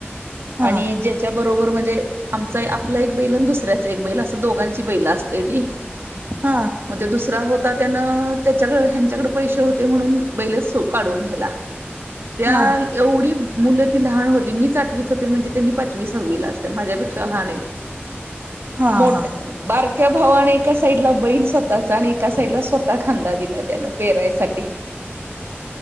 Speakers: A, on the right; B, on the right.
A: हा
B: आणि ज्याच्या बर बरोबर म्हणजे आमचा आपला एक बैल आणि दुसऱ्याच एक बैल असं दोघांची बैला असते ती
A: हा
B: मग ते दुसरा होता त्यानं त्याच्या ह्यांच्याकड पैसे होते म्हणून बैलेच काढून नेला त्या
A: हा
B: एवढी मुलं ती लहान होती मीच आठवीत होते म्हणजे त्यांनी पाचवी सहावी ला असत माझ्यापेक्षा लहान आहेत
A: हा
B: मोठ्या
A: हा
B: बारक्या भावाने एका साइडला बैल स्वतःचा आणि एका साईडला स्वतः ता खांदा दिला त्यान पेरायसाठी